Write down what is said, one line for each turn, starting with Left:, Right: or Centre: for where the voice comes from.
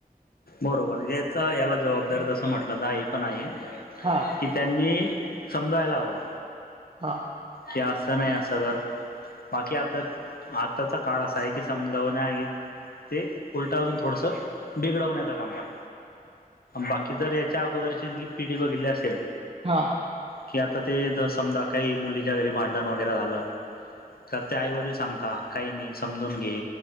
Left: बरोबर याचा याला जबाबदार तसं म्हटलं तर आई पण आहे
Right: हा
Left: कि त्यांनी समजायला हवं
Right: हां.
Left: की असं नाही असं कर बाकी आता आताचा काळ असा आहे की समजावणे आहे ते उलटा अजून थोडंसं बिघडवण्याचं काम करा. बाकी जर याच्या अगोदरची जी पिढी बघितली असेल
Right: हा.
Left: कि आता ते समजा काही मुलीच्या घरी भांडण वगैरे झालं तर ते आईवडील सांगता काही नाही समजून घे